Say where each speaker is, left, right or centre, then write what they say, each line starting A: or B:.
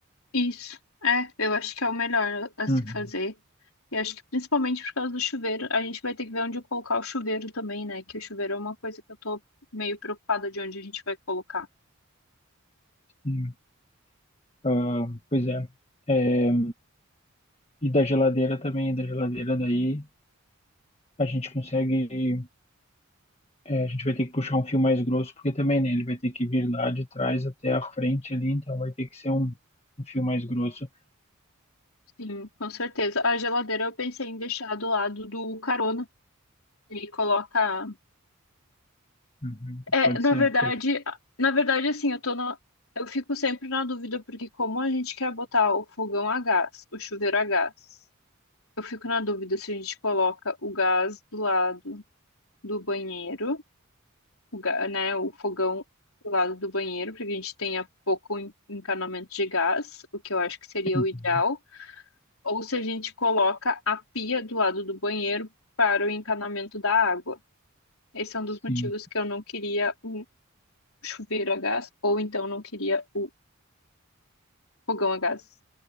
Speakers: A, on the left; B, on the left.
A: Isso. É, eu acho que é o melhor a se
B: Uhum.
A: fazer. E acho que principalmente por causa do chuveiro, a gente vai ter que ver onde colocar o chuveiro também, né? Que o chuveiro é uma coisa que eu tô meio preocupada de onde a gente vai colocar.
B: Sim. Ah, pois é. É, E da geladeira também, da geladeira daí a gente consegue. É, a gente vai ter que puxar um fio mais grosso, porque também, né, ele vai ter que vir lá de trás até a frente ali, então vai ter que ser um, um fio mais grosso.
A: Sim, com certeza. A geladeira eu pensei em deixar do lado do carona e coloca
B: Uhum,
A: É,
B: Pode
A: na
B: ser,
A: verdade,
B: perfeito.
A: na verdade, assim, eu tô na, eu fico sempre na dúvida, porque como a gente quer botar o fogão a gás, o chuveiro a gás, eu fico na dúvida se a gente coloca o gás do lado do banheiro, o, ga- né, o fogão do lado do banheiro, porque a gente tenha pouco en- encanamento de gás, o que eu acho que seria
B: Uhum,
A: o ideal, ou se a gente coloca a pia do lado do banheiro para o encanamento da água. Esse é um dos
B: Sim.
A: motivos que eu não queria chuveiro a gás, ou então não queria o fogão a gás,